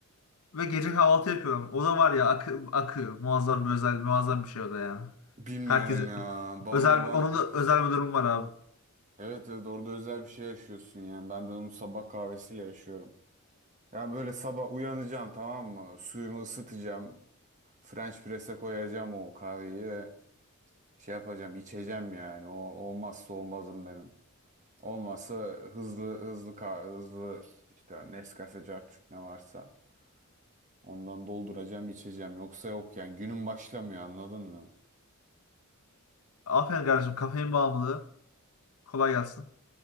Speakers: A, on the left (about 80°); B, on the right (about 35°).
A: Ve gece kahvaltı yapıyorum. O da var ya akı- akıyor. Muazzam bir özel, muazzam bir şey o da yani.
B: Bilmiyorum
A: Herkes
B: ya. Bana
A: özel,
B: ben
A: onun da özel bir durum var abi.
B: evet evet orada özel bir şey yaşıyorsun yani. Ben de onu sabah kahvesiyle yaşıyorum. Yani böyle sabah uyanacağım tamam mı? Suyumu ısıtacağım. French press'e koyacağım o kahveyi ve şey yapacağım, içeceğim yani. O olmazsa olmazım benim. Olmazsa hızlı hızlı ka- hızlı işte Nescafe carçuk ne varsa ondan dolduracağım içeceğim. Yoksa yok yani günün başlamıyor anladın mı?
A: Aferin kardeşim kafein bağımlılığı. Kolay gelsin.